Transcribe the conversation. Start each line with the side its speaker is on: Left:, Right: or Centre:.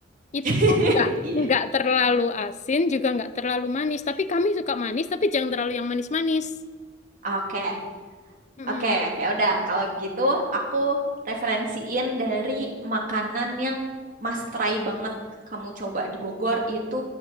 Left: itu
Right: <laughs>
Left: nggak
Right: Iya.
Left: nggak terlalu asin juga nggak terlalu manis. Tapi kami suka manis tapi jangan terlalu yang manis-manis.
Right: Oke,
Left: Mm-mm,
Right: Oke, ya udah. Kalau gitu, aku referensiin dari makanan yang must try banget kamu coba di Bogor itu